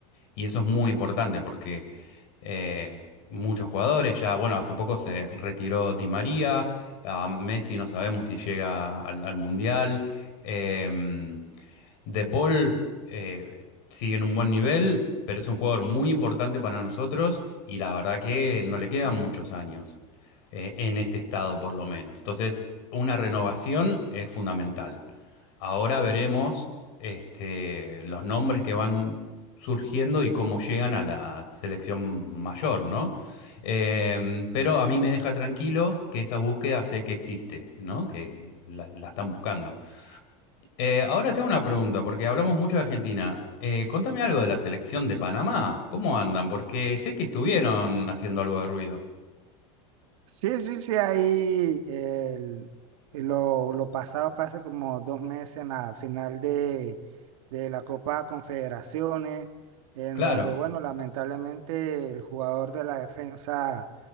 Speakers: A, on the left; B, on the right.
A: Y eso es muy importante porque eh, muchos jugadores ya, bueno, hace poco se retiró Di María, a Messi no sabemos si llega al, al Mundial. em, de Paul eh, sigue en un buen nivel, pero es un jugador muy importante para nosotros y la verdad que no le quedan muchos años eh, en este estado por lo menos. Entonces, una renovación es fundamental. Ahora veremos este, los nombres que van surgiendo y cómo llegan a la selección mayor, ¿no? Eh, pero a mí me deja tranquilo que esa búsqueda sé que existe, ¿no? Que la la están buscando. Eh, ahora te hago una pregunta, porque hablamos mucho de Argentina. Eh, contame algo de la selección de Panamá. ¿Cómo andan? Porque sé que estuvieron haciendo algo de ruido.
B: Sí, sí, sí, ahí el- lo, lo pasado fue hace como dos meses en la final de, de la Copa Confederaciones, en
A: Claro,
B: donde, bueno, lamentablemente el jugador de la defensa